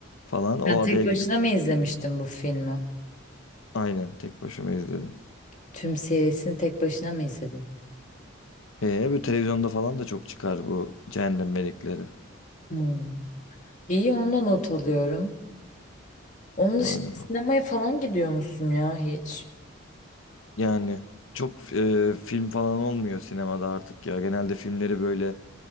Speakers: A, on the left; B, on the left.
A: falan. O
B: Yani tek
A: adaya
B: başına
A: gidin.
B: mı izlemiştin bu filmi?
A: Aynen tek başıma izledim.
B: Tüm serisini tek başına mı izledin?
A: He, bu televizyonda falan da çok çıkar bu Cehennem Melekleri.
B: Hmm. İyi, ondan not alıyorum. Onun
A: Aynen.
B: dışında sinemaya falan gidiyor musun ya hiç?
A: Yani çok e, film falan olmuyor sinemada artık ya. Genelde filmleri böyle